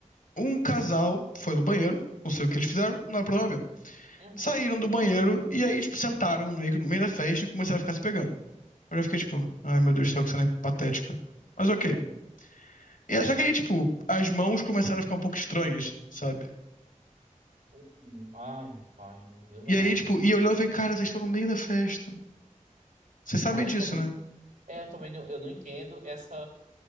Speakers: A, on the left; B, on the right.
A: um casal foi no banheiro, não sei o que eles fizeram, não é problema meu.
B: Uhum,
A: Saíram do banheiro e aí, tipo, sentaram no meio no meio da festa e começaram a ficar se pegando. Eu já fiquei, tipo, ai meu Deus do céu, que cena patética. Mas
B: uhum.
A: ok. E é só que aí, tipo, as mãos começaram a ficar um pouco estranhas, sabe?
B: Hum, Ai, meu pai, meu Deus
A: E
B: amado.
A: aí, tipo, e olhando, eu falei, cara, vocês estão no meio da festa. Vocês sabem
B: Ai,
A: disso,
B: tam...
A: né?
B: é, eu também não, eu não entendo essa